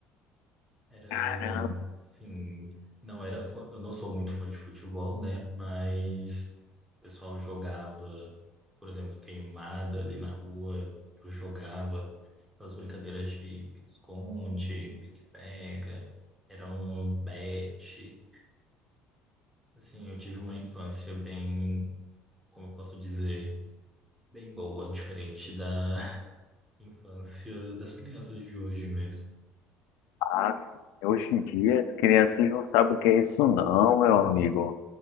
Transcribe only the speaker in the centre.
Era,
assim, não era, fã- eu não sou muito fã de futebol, né? Mas o pessoal jogava, por exemplo, queimada ali na rua, eu jogava aquelas brincadeiras de pique-esconde, pique-pega, era um bete. Assim, eu tive uma infância bem, como eu posso dizer, bem boa, diferente da <laughs> infância das crianças de hoje mesmo.